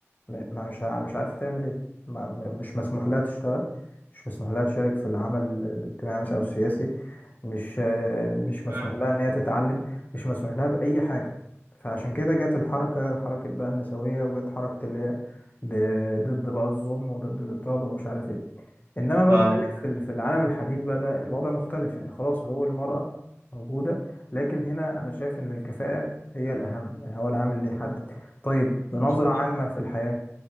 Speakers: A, on the left; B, on the right.
A: م- ما مش ع- مش عارفة تعمل ايه ما م- مش مسموح لها تشتغل مش مسموح لها تشارك في العمل الاجتماعي مثلا او السياسي مش آه، مش مسموح
B: فاهمك
A: لها
B: اه
A: ان هي تتعلم مش مسموح لها بأي حاجة فعشان كده جت الحركة حركة بقى النسوية وجت حركة اللي هي ب- ضد بقى الظلم وضد الاضطهاد ومش عارف ايه انما بقى
B: اه
A: بتكلم في ال- في العالم الحديث بقى ده الوضع مختلف يعني خلاص حقوق المرأة موجودة لكن هنا انا شايف ان الكفاءة هي الاهم يعني هو العامل اللي يحدد طيب بنظرة
B: بالظبط
A: عامة في الحياة